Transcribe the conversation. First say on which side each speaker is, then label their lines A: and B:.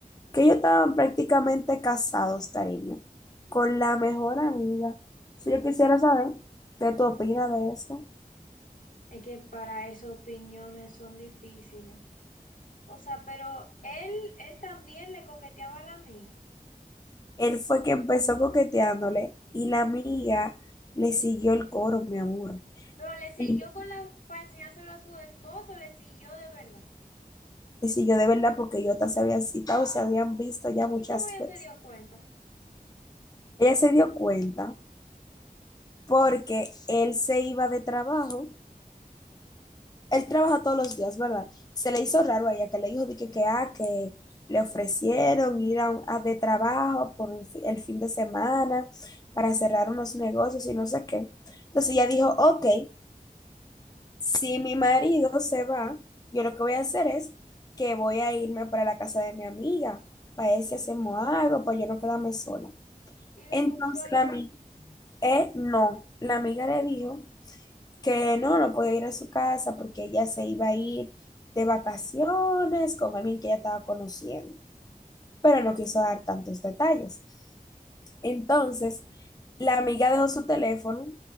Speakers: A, on the left; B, on the left.
A: que ellos estaban prácticamente casados, cariño, con la mejor amiga. Si yo quisiera saber qué tú opinas de eso.
B: Es que para esas opiniones son difíciles. O sea, pero él, él también le coqueteaba a la amiga.
A: Él fue que empezó coqueteándole y la amiga le siguió el coro, mi amor.
B: Pero le siguió
A: Le
B: con la, para enseñárselo a su esposo, le siguió de verdad.
A: siguió de verdad porque ellos hasta se habían citado, se habían visto ya muchas
B: ¿Y cómo ella
A: veces.
B: se dio cuenta?
A: Ella se dio cuenta porque él se iba de trabajo. Él trabaja todos los días, ¿verdad? Se le hizo raro a ella que le dijo de que, que, ah, que le ofrecieron ir a, a de trabajo por un fi- el fin de semana para cerrar unos negocios y no sé qué. Entonces ella dijo, ok, Si mi marido se va, yo lo que voy a hacer es que voy a irme para la casa de mi amiga, para ver si hacemos algo, para yo no quedarme sola.
B: Y lo
A: Entonces
B: encontró ya.
A: la amiga, eh, no, la amiga le dijo que no, no podía ir a su casa porque ella se iba a ir de vacaciones con alguien que ella estaba conociendo, pero no quiso dar tantos detalles. Entonces, la amiga dejó su teléfono